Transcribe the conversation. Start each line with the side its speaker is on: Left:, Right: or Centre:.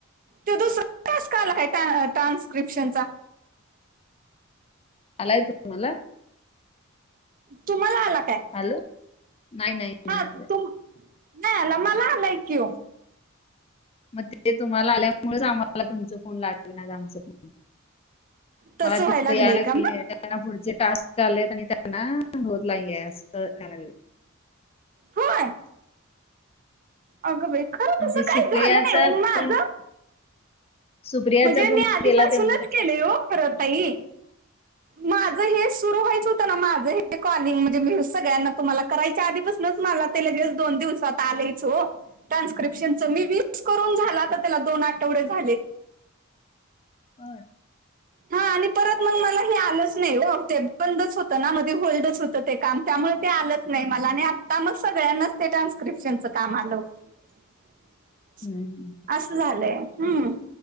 Right: ते दुसर टाक्स आला काय टानस ट्रान्स्क्रिप्शनचा.
Left: आलाय तुम्हाला?
Right: तुम्हाला आला काय?
Left: हॅलो नाही नाही
Right: हा
Left: नाही आलं
Right: तुम नाही आला मला आलाय की ओ.
Left: मग ते तुम्हाला आल्यामुळेच आम्हाला तुमचा फोन लागेना आमचा फोन.
Right: तसं
Left: मला
Right: व्हायला
Left: तिथं
Right: लागलंय
Left: यायला
Right: का मग
Left: गे त्यांना पुढचे टास्क कालेत आणि त्यांना होत नाहीे अस यायला.
Right: होय अगं बाई खरं
Left: म्हणजे
Right: तसं
Left: सुप्रियाचा
Right: काही झालं नाही ओ
Left: फोन
Right: माझं
Left: सुप्रियाचा
Right: म्हणजे
Left: फोन
Right: मी आधीपासूनच
Left: केला तेव्हा तर
Right: केले
Left: कसा
Right: हो परत ताई. माझं हे सुरू व्हायच होतं ना माझं हे कॉलिंग म्हणजे मी सगळ्यांना तुम्हाला करायच्या आधीपासूनच मला ते लगेच दोन दिवसात आलयच ओ. ट्रान्स्क्रिप्शनच मी वीस करून झाला तर त्याला दोन आठवडे झाले.
Left: होय.
Right: हा आणि परत मग मला हे आलंच नाही ओ ते बंदच होतं ना मध्ये होल्डच होत. ते काम त्यामुळे ते आलंच नाही मला आणि आता मग सगळ्यांनाच ते ट्रान्स्क्रिप्शनचं काम आलं. <inaudible>
Left: हम्म.
Right: असं झालंय हम्म